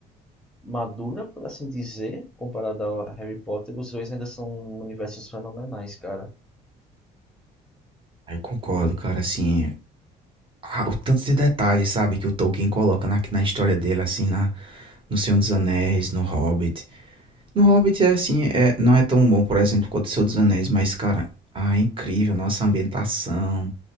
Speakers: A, in the centre; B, on the right.
A: madura, por assim dizer, comparada ao Harry Potter, os dois ainda são universos fenomenais, cara.
B: Aí eu concordo, cara, assim, ah, o tanto de detalhes, sabe, que o Tolkien coloca na, na história dele, assim, na no Senhor dos Anéis, no Hobbit. No Hobbit é assim, é, não é tão bom, por exemplo, quanto o Senhor dos Anéis, mas, cara, ah, é incrível, nossa ambientação,